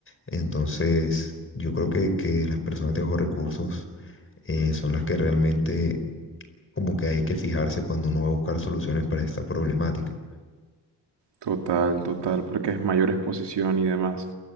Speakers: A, on the left; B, on the right.
A: entonces yo creo que, que las personas de bajos recursos eh, son las que realmente como que hay que fijarse cuando uno va a buscar soluciones para esta problemática.
B: Total, total, porque es mayor exposición y demás.